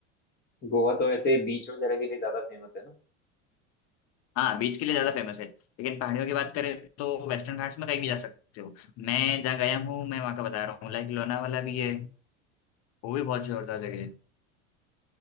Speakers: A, on the left (about 25°); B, on the left (about 45°).
A: गोवा तो वैसे बीच वगैरह के लिए ज्यादा फेमस है ना
B: हाँ बीच के लिए ज़्यादा फेमस है लेकिन पहाड़ियों की बात करें तो वेस्टर्न घाट्स में कहीं भी जा सकते हो मैं जहाँ गया हूँ मैं वहाँ का बता रहा हूँ लाइक लोनावाला भी है वो भी बहुत जोरदार जगह है